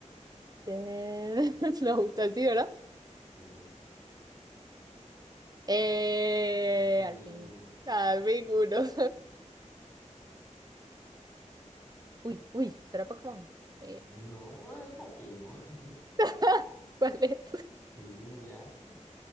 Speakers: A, on the right; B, on the left.
A: The <laughs> Note, así ¿verdad?
B: Sí.
A: Eh,
B: Así.
A: al fin, al fin uno. <laughs> Uy, uy, ¿será Pokémon? Eh,
B: No, ¿cómo es el Pokémon? <laughs>
A: <laughs> ¿cuál es?
B: Es Inuyasha.